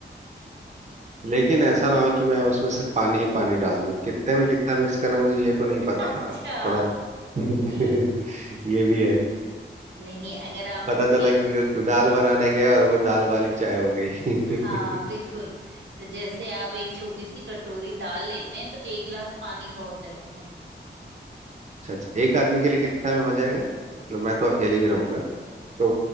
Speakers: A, on the right (about 40°); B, on the right (about 80°).
A: लेकिन ऐसा ना हो कि मैं उसमें सिर्फ पानी ही पानी डाल दूं कितने में कितना मिक्स करना मुझे ये तो नहीं
B: <laughs>
A: पता
B: अच्छा
A: ना थोड़ा <laughs> ये
B: ठीक
A: भी है
B: नहीं अगर आप
A: पता चला
B: एक
A: कि दाल बनाने गया और वो दाल वाली चाय हो गई
B: हाँ
A: <laughs>
B: बिल्कुल तो जैसे आप एक छोटी सी कटोरी दाल लेते हैं तो एक गिलास पानी बहुत है उसमें
A: अच्छा अच्छा एक आदमी के लिए कितना में हो जाएगा मतलब मैं तो अकेले ही रहूंगा तो